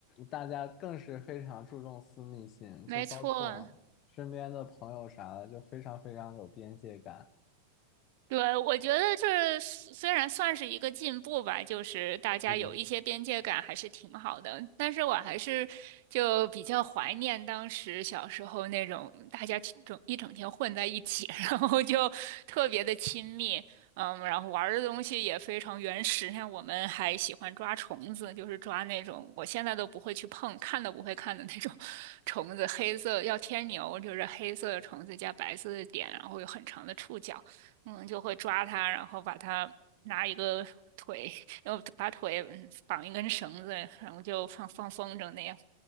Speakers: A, on the left (about 35°); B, on the right (about 50°).
A: 大家更是非常注重私密性，
B: 没错。
A: 就包括身边的朋友啥的，就非常非常有边界感。
B: 对，我觉得这虽虽然算是一个进步吧，就是大家有一些边界感还是挺好的。
A: 嗯，
B: 但是我还是就比较怀念当时小时候那种大家整整一整天混在一起，<laughs> 然后就特别的亲密，嗯，然后玩的东西也非常原始。像我们还喜欢抓虫子，就是抓那种我现在都不会去碰，看都不会看的那种 <laughs> 虫子，黑色要天牛，就是黑色的虫子加白色的点，然后有很长的触角。嗯，就会抓它，然后把它拿一个腿，然后把腿嗯绑一根绳子，然后就放放风筝那样，